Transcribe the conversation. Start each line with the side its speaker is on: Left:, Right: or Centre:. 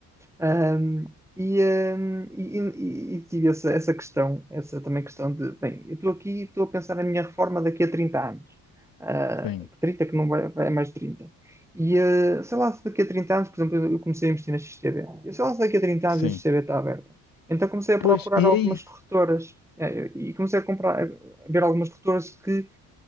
Centre: Um, e, um, e, e- e tive essa, essa questão, essa também questão de, bem, eu estou aqui, estou a pensar na minha reforma daqui a 30 anos. Ah,
Left: Sim,
Centre: 30 que não vai, vai mais de trinta E ah, sei lá se daqui a 30 anos, por exemplo, eu comecei a investir na XTB. Eu sei lá se daqui a trinta
Left: sim.
Centre: anos a XTB está aberta. Então comecei a procurar
Left: Pois, e
Centre: algumas
Left: é isso.
Centre: corretoras eh, e comecei a comprar, a ver algumas corretoras que